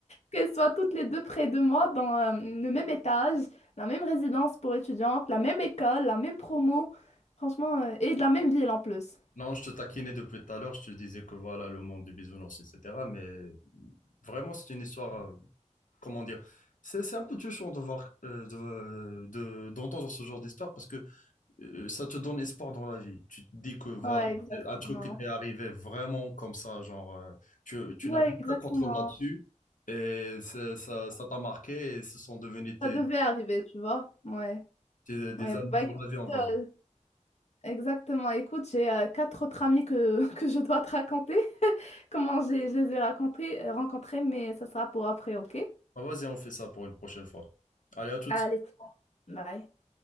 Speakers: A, on the left; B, on the left.
A: qu'elles soient toutes les deux près de moi dans euh, le même étage, la même résidence pour étudiantes, la même école, la même promo, franchement, euh, et de la même ville en plus.
B: Non, je te taquinais depuis tout à l'heure, je te disais que voilà, le monde du bisounours, etc. Mais vraiment, c'est une histoire. euh, comment dire, c'est c'est un peu touchant de voir, euh, de, de- d'entendre ce genre d'histoire parce que euh, ça te donne espoir dans la vie. Tu te dis que voilà,
A: Ouais, exactement.
B: c'est un truc qui t'est arrivé vraiment comme ça, genre, euh, tu, tu
A: Ouais,
B: n'avais aucun
A: exactement.
B: contrôle là-dessus et c'est- ça, ça t'a marqué et ce sont devenus tes,
A: Ça devait arriver, tu vois. Ouais.
B: tes- des
A: Ouais,
B: amis
A: bah
B: pour
A: écoute,
B: la vie, on va
A: euh,
B: dire.
A: exactement. Écoute, j'ai euh, quatre autres amis que, <laughs> que je dois te raconter. Comment j'ai, je les ai racontés, euh, rencontrés, mais ça sera pour après, ok?
B: Ah, vas-y, on fait ça pour une prochaine fois. Allez, à toutes.
A: Allez, ciao. Bye.